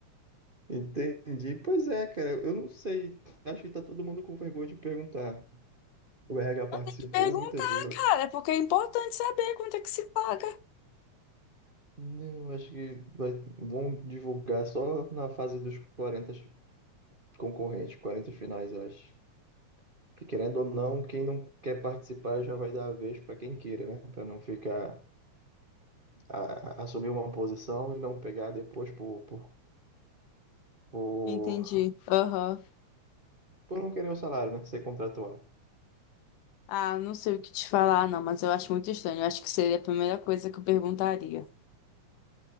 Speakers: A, on the right; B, on the left.
A: Entendi. Pois é, cara, eu não sei. Acho que tá todo mundo com vergonha de perguntar. O RH participou
B: tem que perguntar,
A: muitas vezes. ela-
B: é porque é importante saber quanto é que se paga.
A: Não, acho que vai- vão divulgar só na fase dos quarenta concorrentes, 40 finais, eu acho. Que querendo ou não, quem não quer participar já vai dar a vez para quem queira, né? Para não ficar a- a- assumir uma posição e não pegar depois por, por, por,
B: Entendi. Aham.
A: por não querer o salário, né? Ser contratual.
B: Ah, não sei o que te falar, não, mas eu acho muito estranho. Eu acho que seria a primeira coisa que eu perguntaria.